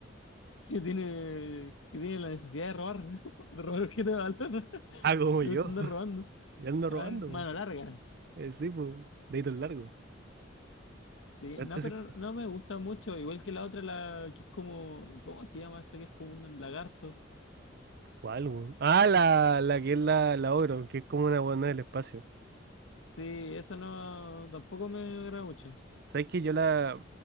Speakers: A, on the left (about 80°); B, on the right (about 55°).
A: Que tiene, que tiene la necesidad de robar, <laughs> de robar objetos de valor. <laughs>
B: Ah, como
A: Le
B: yo,
A: gusta andar
B: <laughs>
A: robando.
B: ya ando
A: Ah,
B: robando,
A: mano
B: po.
A: larga.
B: Eh, sí, pues, deditos largos.
A: Sí,
B: Antes,
A: no, pero
B: es-
A: no me gusta mucho. Igual que la otra, la que es como. ¿Cómo se llama esta? Que es como un lagarto.
B: ¿cuál, po? Ah, la, la que es la, la Ogro, que es como una buena del espacio.
A: Sí, esa no. Tampoco me agrada mucho.
B: ¿Sabes que yo la,